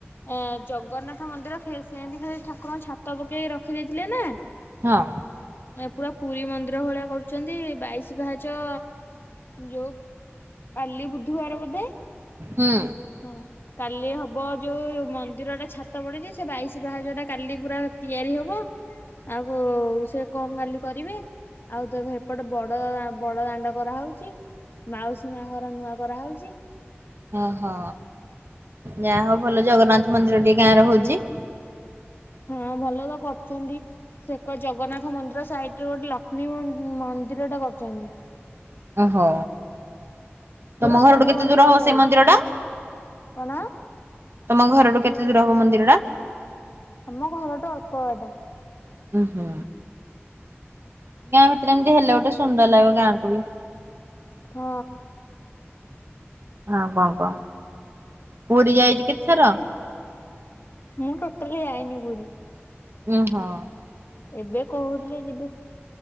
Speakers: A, on the left; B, on the right.
A: ଆ ଜଗନ୍ନାଥ ମନ୍ଦିର ସେ ସେମିତି ଖାଲି ଠାକୁରଙ୍କୁ ଛାତ ପକେଇ ରଖିଦେଇଥିଲେ ନା।
B: ହଁ।
A: ଏ ପୁରା ପୁରୀ ମନ୍ଦିର ଭଳିଆ କରୁଚନ୍ତି, ବାଇଶି ପାହାଚ ଯୋଉ କାଲି ବୁଧବାର ବୋଧେ।
B: ହୁଁ।
A: ହଁ। କାଲି ହବ ଯୋଉ ମନ୍ଦିର ଟା ଛାତ ପଡିଚି, ସେ ବାଇଶ ପାହାଚ ଟା କାଲି ପୁରା ତିଆରି ହବ। ଆଉ ସେ କଣ କାଲି କରିବେ। ଆଉ ତ ଏପଟେ ବଡ ବଡ ଦାଣ୍ଡ କରାହଉଚି। ମାଉସୀ ମା ଘର ନୂଆ କରାହଉଚି।
B: ଓହୋ ଯାହା ହଉ ଭଲ ଜଗନ୍ନାଥ ମନ୍ଦିର ଟି ଗାଁରେ ହଉଚି।
A: ହଁ ଭଲ ତ କରୁଚନ୍ତି ସେ ଏକ ଜଗନ୍ନା ଥ ମନ୍ଦିର ସାଇଟରେ ଗୋଟେ ଲକ୍ଷ୍ମୀ ମ ମନ୍ଦିରଟା କରୁଚନ୍ତି।
B: ଓହୋ
A: ପୁରା
B: ତମ ଘରଠୁ
A: ପୁରୀ
B: କେତେ
A: ମନ୍ଦିର
B: ଦୂର
A: ଭଳିଆ
B: ହବ ସେ
A: ହେଇଛି
B: ମନ୍ଦିରଟା?
A: କଣ?
B: ତମ ଘରଠୁ କେତେ ଦୂର ହବ ମନ୍ଦିରଟା?
A: ଆମ ଘରଠୁ ଅଳ୍ପ ବାଟ।
B: ଉଁହୁଁ ଗାଁ ଭିତରେ ଏମତି ହେଲେ ଗୋଟେ ସୁନ୍ଦର ଲାଗିବ ଗାଁକୁ ବି।
A: ହ।
B: ଆଉ କଣ କହ ପୁରୀ ଯାଇଚୁ କେତଥର?
A: ମୁଁ ଟୋଟାଲି ଯାଇନି ପୁରୀ।
B: ଉଁ ହ।
A: ଏବେ କହୁଥିଲେ ଯିବେ